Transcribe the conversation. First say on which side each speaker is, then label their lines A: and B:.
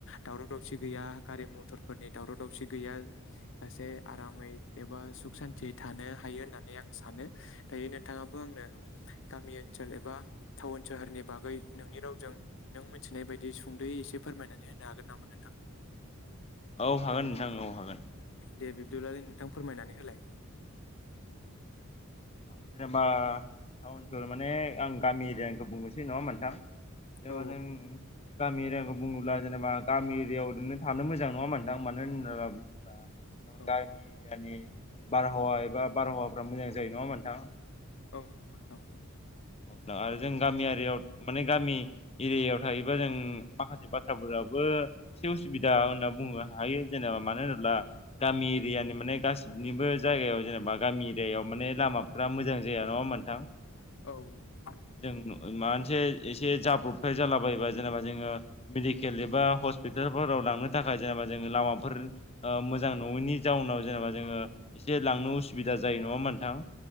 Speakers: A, on the left; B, on the left.
A: दावराव दावसि गैया गारि मथरफोरनि दावराव दावसि गैया। जासे आरामै एबा सुख सान्थियै थानो हायो होननानै आं सानो दायो नोंथाङा। आंनो
B: नोंथां
A: गामि ओनसोल एबा। टाउन सोहोरनि बागै नोंनि रावजों नों मिथिनाय बायदि सुंद'यै एसे फोरमायनानै होनो हागोन नाम नो़ नोंथां।
B: औ हागोन नोंथां औ हागोन।
A: दे बिबदिबालाय नोंथां फोरमायनानै होलाय।
B: औ <unintelligible> जेनेबा टाउन सहर माने आं गामि एरियानिखौ बुंनोसै नङा होनबा नोंथां। जेनेबा
A: औ
B: जों गामि एरियाखौ बुंङोब्ला जेनेबा। गामि एरियायाव ओरनो थानो मोजां नङा होनबा नोंथां मानो होननानै बुङोब्ला
A: औ
B: गामि <unintelligible> गामिनि बारहावा एबा बारहावाफ्रा मोजां जायो नङा होनबा नोंथां।
A: औ नंगौ नोंथां।
B: दा आरो जों गामियारियाव माने गामि एरियायाव थायोबा जों माखासे बाथ्राफोर। रावबो। एसे उसुबिदा होनना बुंनो हायो जेनेबा मानो होनोब्ला गामि एरियानि माने गासिनिबो। जायगायाव जेनेबा गामि एरियाायाव माने लामाफोरा मोजां जाया नङा होनबा नोंथां।
A: औ।
B: जों मान एसे जाब्रबथाय जाला बायोबा जेनेबा जोङो मेडिकेल एबा हस्पिटालफोराव लांनो थाखाय जेनेबा। जोङो लामाफोर ओ मोजां नङैनि जाउनाव जेनेबा जोङो एसे लांनो उसुबिदा जायो नङा होनबा। नोंथां।